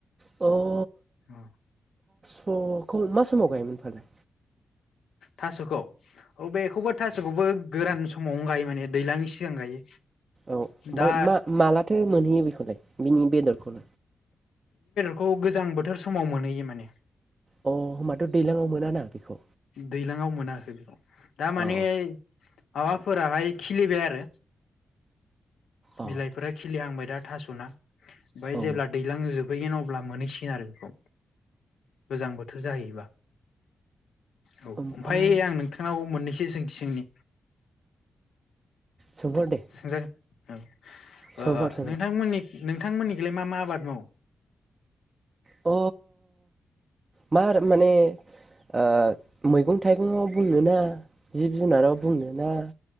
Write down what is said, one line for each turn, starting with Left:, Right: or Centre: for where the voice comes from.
Right: औ
Left: औ
Right: स' मा समाव गायोमोन फालाय
Left: थास'खौ औ बेेखौबो थास'खौबो गोरान समावनो गायो माने दैलांनि सिगां गायो
Right: औ ओमफ्राय
Left: दा
Right: मा मालाथो मोनहैयो बेखौलाय बिनि बेदरखौ
Left: खौ गोजां बोथोर समाव मोनहैयो माने
Right: अ होमबाथ' दैलाङाव मोनाना बेखौ
Left: दैज्लाङाव मोनाखै बेखौ दा माने
Right: अ
Left: माबाफोराहाय खिलिबाय आरो
Right: अ
Left: बिलाइफोरा खिलिहांबाय दा थास'ना ओमफ्राय
Right: औ
Left: जेब्ला दैज्लां जोबहैगोन अब्ला मोनहैसिगोन आरो बेखौ गोजां बोथोर जाहैबा औ
Right: ओमफाय
Left: ओमफफ्राय आं नोंथांनाव मोननैसै सोंथि सोंनि
Right: सोंहर दे
Left: सोंजागोन औ
Right: सोंहर
Left: ओ
Right: सोंहर
Left: नोंथांमोननि नोंथांमोननिखौलाय मा मा आबाद मावो?
Right: अ मा माने ओ मैगं थाइगं आव बुंनोना जिब जुनाराव बुंनो ना